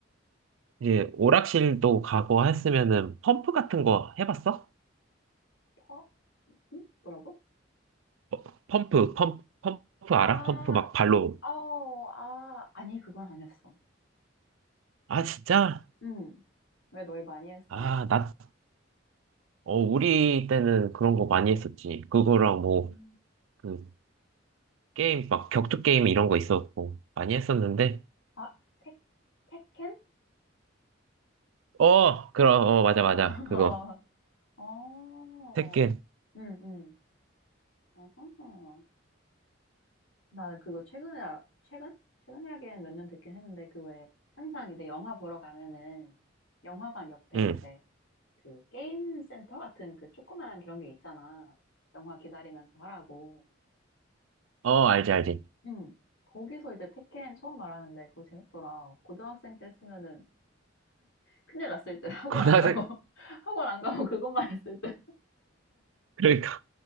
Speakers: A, on the right (about 85°); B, on the left (about 80°).
A: 이제 오락실도 가고 했으면은 펌프 같은 거 해봤어?
B: 퍼? 응? 뭐라고?
A: 어, 펌프, 펌, 펌프 알아?
B: 아,
A: 펌프 막 발로.
B: 어, 아, 아니, 그건 안 했어.
A: 아, 진짜?
B: 응. 왜 너희 많이 했어?
A: 아, 나, 어, 우리 때는 그런 거 많이 했었지. 그거랑
B: 음.
A: 뭐, 그, 게임, 막 격투 게임 이런 거 있었고, 많이 했었는데.
B: 아, 테, 테켄?
A: 어, 그럼, 어, 맞아,
B: 어,
A: 맞아.
B: <laughs>
A: 그거.
B: 어,
A: 테kken.
B: 응, 응. 어허. 나는 그거 최근에, 알- 최근? 최근이라기엔 몇 년 됐긴 했는데, 그 왜, 항상 이제 영화 보러 가면은, 영화관 옆에
A: 응.
B: 이제 그 게임 센터 같은 그 조그만한 그런 게 있잖아. 영화 기다리면서 하라고.
A: 어, 알지, 알지.
B: 응. 거기서 이제 테켄 처음 알았는데, 그거 재밌더라. 고등학생 때 했으면은 큰일 났을 때 학원
A: 고등학생,
B: 안 가고 <laughs> 학원 안 가고 그것만 했을 때.
A: 그러니까.